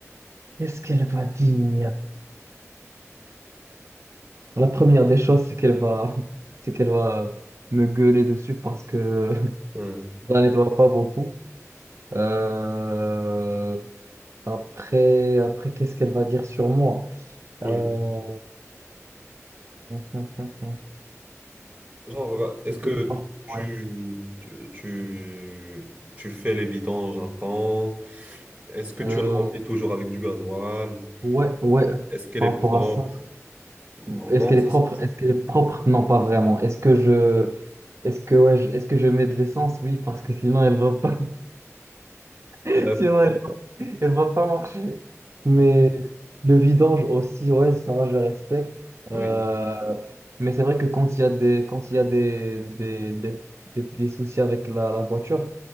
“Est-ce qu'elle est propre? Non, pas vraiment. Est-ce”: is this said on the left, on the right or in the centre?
Right